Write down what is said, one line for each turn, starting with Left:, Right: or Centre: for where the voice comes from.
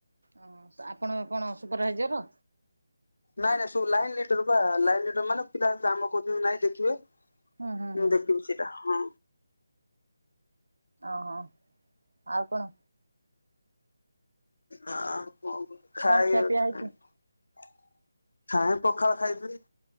Right: ହଁ ଆପଣ କଣ ସୁପରଭାଇଜର?
Left: ନାଇଁ ନାଇଁ ସବୁ ଲାଇନ୍ ଲିଟର ବା ଲାଇନ୍ ଲିଟର ମାନେ ପିଲା ମାନେ କାମ କରୁଛନ୍ତି ନାଇଁ ଦେଖିବେ।
Right: ହୁଁ ହୁଁ
Left: ମୁଁ
Right: ହୁଁ
Left: ଦେଖିବି ସେଟା ହଁ।
Right: ଓହୋ ଆଉ କଣ?
Left: ଆଉ କଣ
Right: ଖିଆ ପିଆ ହେଇଛି?
Left: ଖାଇ <inaudible> <inaudible> ପଖାଳ ଖାଇଥିଲି।